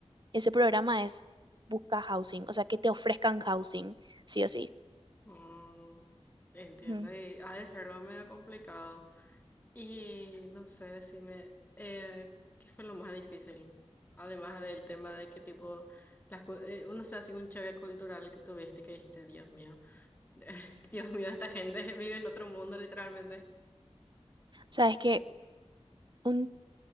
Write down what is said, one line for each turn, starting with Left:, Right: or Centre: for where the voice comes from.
Right: ese programa es busca housing, o sea, que te ofrezcan housing, sí o sí.
Left: <laughs> mm, entiendo,
Right: Ujú. O
Left: y ha de ser lo medio complicado. Y no sé, decime, eh, ¿qué fue lo más difícil? Además del tema de que tipo, las cu- eh, uno se hace un choque cultural que tuviste que dijiste, Dios mío. <laughs> Dios mío, esta gente <laughs> vive en otro mundo, literalmente.
Right: sea, es que un